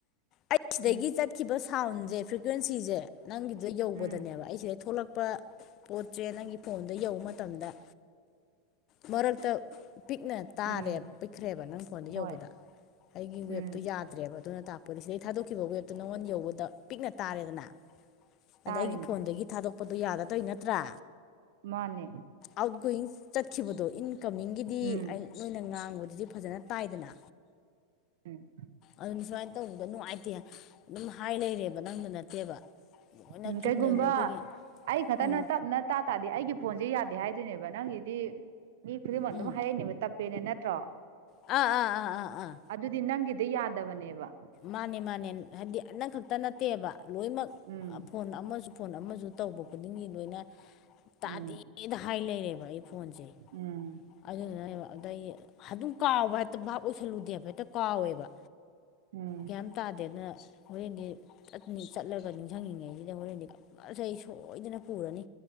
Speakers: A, on the left; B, on the right.
A: ꯑꯩ ꯁꯤꯗꯒꯤ
B: ꯎꯝ
A: ꯆꯠ ꯀꯠꯈꯤꯕ ꯁꯥꯎꯟꯁꯦ ꯐ꯭ꯔꯤꯀ꯭ꯋꯦꯟꯁꯤꯁꯦ ꯅꯪꯒꯤꯗꯨꯗ ꯌꯧꯕꯗꯅꯦꯕ
B: ꯎꯝ
A: ꯑꯩꯁꯗ ꯊꯣꯛꯂꯛꯄ ꯑꯄ ꯄꯣꯠꯁꯦ ꯅꯪꯒꯤ ꯐꯣꯟꯗ ꯌꯧꯕ ꯃꯇꯝꯗ ꯃꯔꯛꯇ ꯄꯤꯛꯅ ꯇꯥꯔꯦ
B: ꯎꯝ
A: ꯄꯤꯛꯈ꯭ꯔꯦꯕ ꯅꯪ ꯐꯣꯟꯗ ꯌꯧꯕꯗ
B: ꯍꯣꯏ
A: ꯑꯩꯒꯤ
B: ꯎꯝ
A: ꯋꯦꯞꯇꯣ ꯌꯥꯗ ꯐꯠꯇ꯭ꯔꯦꯕ ꯑꯗꯨꯅ ꯇꯥꯛꯄꯅꯤ ꯁꯤꯗꯩ ꯊꯥꯗꯣꯛꯈꯤꯕ ꯋꯦꯕꯇꯣ ꯅꯉꯣꯟ ꯌꯧꯕꯗ ꯄꯤꯛꯅ ꯇꯥꯔꯦꯗꯅ
B: ꯇꯥꯔꯤꯅꯤ
A: ꯑꯗ ꯑꯩꯒꯤ ꯐꯣꯟꯗꯒꯤ ꯊꯥꯗꯣꯛꯄꯗꯣ ꯌꯥꯗꯇꯣꯏ ꯅꯠꯇ꯭ꯔꯥ
B: ꯃꯥꯅꯦ
A: ꯑꯥꯎꯠꯒꯣꯋꯤꯡ ꯆꯠꯈꯤꯕꯗꯣ ꯏꯟꯀꯃꯤꯡꯒꯤꯗꯤ
B: ꯎꯝ
A: ꯑꯩ ꯅꯣꯏꯅ ꯉꯥꯡꯕꯗꯨꯗꯤ ꯐꯖꯅ ꯇꯥꯏꯗꯅ
B: ꯎꯝ
A: ꯑꯗꯨꯅ ꯁꯨꯃꯥꯏꯅ ꯇꯧꯕꯗ ꯅꯨꯡꯉꯥꯏꯇꯦ ꯑꯗꯨꯝ ꯍꯥꯏ ꯂꯩꯔꯦꯕ ꯅꯪꯗ ꯅꯠꯇꯦꯕ ꯂꯣꯏꯅ
B: ꯎꯝ
A: ꯆꯨꯝꯅꯅ
B: ꯀꯩꯒꯨꯝꯕ
A: ꯑꯩꯈꯣꯏꯒꯤ
B: ꯑꯩ ꯈꯛꯇꯅ
A: ꯎꯝ
B: ꯇꯞꯅ ꯇꯇꯥ ꯇꯥꯗꯦ ꯑꯩꯒꯤ ꯐꯣꯟꯁꯦ ꯌꯥꯗꯦ ꯍꯥꯏꯗꯣꯏꯅꯦꯕ ꯅꯪꯒꯤꯗꯤ ꯃꯤ ꯈꯨꯗꯤꯡꯃꯛ
A: ꯎꯝ
B: ꯑꯗꯨꯝ ꯍꯥꯏꯔꯛꯏꯅꯦꯕ ꯇꯞꯄꯦꯅꯦ ꯅꯠꯇ꯭ꯔꯣ
A: ꯑꯥ ꯑꯥ ꯑꯥ ꯑꯥ ꯑꯥ
B: ꯑꯗꯨꯗꯤ ꯅꯪꯒꯤꯗꯤ ꯌꯥꯗꯕꯅꯦꯕ
A: ꯃꯥꯅꯦ ꯃꯥꯅꯦ ꯍꯥꯏꯕꯗꯤ ꯅꯪꯈꯛꯇꯪ ꯅꯠꯇꯦꯕ ꯂꯣꯏꯅꯃꯛ
B: ꯎꯝ
A: ꯐꯣꯟ ꯑꯃꯁꯨ ꯐꯣꯟ ꯑꯃꯁꯨ ꯇꯧꯕ ꯈꯨꯗꯤꯡꯒꯤ ꯂꯣꯏꯅ ꯇꯥꯗꯦꯗ
B: ꯎꯝ
A: ꯍꯥꯏ ꯂꯩꯔꯦꯕ ꯑꯩ ꯐꯣꯟꯖꯩ
B: ꯎꯝ
A: ꯑꯗꯨꯗꯨꯅꯦꯕ ꯑꯩ ꯑꯗꯨꯝ ꯀꯥꯎꯕ ꯍꯦꯛꯇ ꯚꯞ ꯑꯣꯏꯁꯜꯂꯨꯗꯦꯕ ꯍꯦꯛꯇ ꯀꯥꯎꯋꯦꯕ
B: ꯎꯝ
A: ꯒ꯭ꯌꯥꯟ ꯇꯥꯗꯦꯅ ꯍꯣꯔꯦꯟꯗꯤ ꯆꯠꯂꯒ ꯅꯤꯡꯁꯤꯡꯉꯤꯉꯩꯁꯤꯗ ꯍꯣꯔꯦꯟꯗꯤ ꯀꯁ ꯑꯩ ꯁꯣꯏꯗꯅ ꯄꯨꯔꯅꯤ